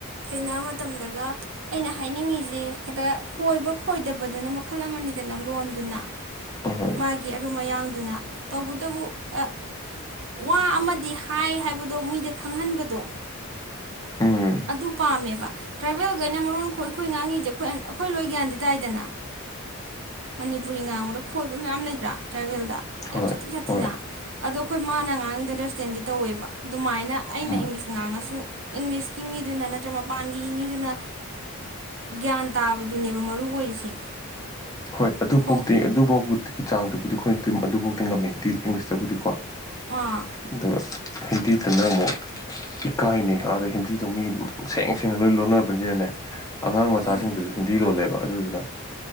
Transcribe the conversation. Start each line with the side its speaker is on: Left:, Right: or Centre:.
Right: ꯊꯦꯡꯅꯕ ꯃꯇꯝꯗꯒ ꯑꯩꯅ ꯍꯥꯏꯅꯤꯡꯉꯤꯁꯦ ꯍꯦꯛꯇ ꯈꯣꯏꯕ ꯈꯣꯏꯗꯕꯗꯨꯅ ꯃꯈꯜ ꯑꯃꯅꯤꯗꯅ ꯂꯣꯟꯗꯨꯅ
Left: ꯑꯍ
Right: ꯃꯥꯒꯤ ꯑꯔꯨꯝ ꯑꯌꯥꯡꯗꯨꯅ ꯇꯧꯕꯇꯕꯨ ꯑ ꯋꯥ ꯑꯃ ꯗꯤ ꯍꯥꯏ ꯍꯥꯏꯕꯗꯣ ꯃꯣꯏꯗ ꯈꯪꯍꯟꯕꯗꯣ
Left: ꯎꯝ
Right: ꯑꯗꯨ ꯄꯥꯝꯃꯦꯕ ꯇ꯭ꯔꯥꯚꯦꯜꯈꯩꯅ ꯃꯔꯣꯟ ꯈꯣꯏ ꯑꯩꯈꯣꯏ ꯉꯥꯡꯉꯤꯁꯦ ꯑꯩ ꯑꯩꯈꯣꯏ ꯂꯣꯏ ꯒ꯭ꯌꯥꯟꯗꯤ ꯇꯥꯏꯗꯅ ꯃꯅꯤꯄꯨꯔꯤ ꯉꯥꯡꯕꯗ ꯈꯣꯏꯕ ꯃꯌꯥꯝ ꯂꯩꯇꯔꯥ ꯇ꯭ꯔꯥꯏꯚꯦꯜꯗ
Left: ꯍꯣꯏ
Right: ꯌꯥꯝ ꯁꯥꯊꯤ ꯁꯥꯊꯤꯅ
Left: ꯍꯣꯏ
Right: ꯑꯗꯣ ꯑꯩꯈꯣꯏ ꯃꯥꯅ ꯑꯉꯥꯡꯉꯩꯗꯣ ꯑꯟꯗꯔꯁꯇꯦꯟꯗꯤ ꯇꯧꯋꯦꯕ ꯑꯗꯨꯃꯥꯏꯅ ꯑꯩꯅ
Left: ꯎꯝ
Right: ꯏꯪꯂꯤꯁ ꯉꯥꯡꯉꯁꯨ ꯏꯪꯂꯤꯁꯀꯤ ꯃꯤꯗꯨꯅ ꯅꯠꯇ꯭ꯔꯒ ꯃꯄꯥꯟꯒꯤ ꯃꯤꯗꯨꯅ ꯒ꯭ꯌꯥꯟ ꯇꯥꯕꯗꯨꯅꯦꯕ ꯃꯔꯨ ꯑꯣꯏꯔꯤꯁꯦ
Left: ꯍꯣꯏ ꯑꯗꯨ
Right: ꯐꯣꯡ
Left: ꯐꯥꯎꯗꯤ ꯑꯗꯨꯐꯥꯎꯕꯒꯤ ꯆꯥꯡꯗꯨꯕꯨꯗꯤ ꯑꯩꯈꯣꯏꯅ ꯑꯗꯨꯝ ꯑꯗꯨꯐꯥꯎꯗꯤ ꯉꯝꯃꯦꯗꯤ ꯏꯪꯂꯤꯁꯇꯕꯨꯗꯤ ꯀꯣ
Right: ꯑꯥ
Left: ꯑꯗꯨꯒ ꯍꯤꯟꯗꯤꯇꯅ ꯑꯃꯨꯛ ꯏꯀꯥꯏꯅꯩ ꯍꯥꯏꯕ ꯑꯗ ꯍꯤꯟꯗꯤꯗꯣ ꯃꯤ ꯁꯦꯡ ꯁꯦꯡꯅ ꯂꯣꯏ ꯂꯣꯟꯅꯕꯅꯤꯅꯅꯦ ꯑꯉꯥꯡ ꯃꯆꯥꯁꯤꯡꯗꯨꯁꯨ
Right: ꯎꯝ
Left: ꯍꯤꯟꯗꯤ ꯂꯣꯜꯂꯦꯕ ꯑꯗꯨꯗꯨꯅ